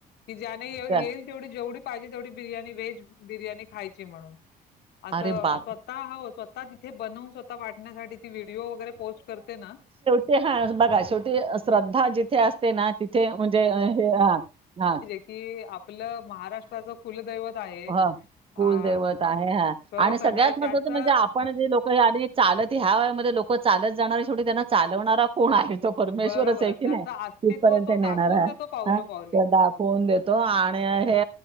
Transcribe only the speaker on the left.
कि ज्याने येईल.
तेवढी जेवढी पाहिजे तेवढी बिर्याणी व्हेज बिर्याणी खायची म्हणून. असं
स्वतः, हो स्वतः, तिथे बनवून स्वतः वाटण्यासाठी, ती व्हिडीओ वगैरे पोस्ट करते ना.
कि आपलं महाराष्ट्राच कुलदैवत आहे.
अ
खरोखर
म्हणजे
त्याच
बरोबर
त्याचं
अस्तित्व
तो दाखवून
देतो पावलो
पावली.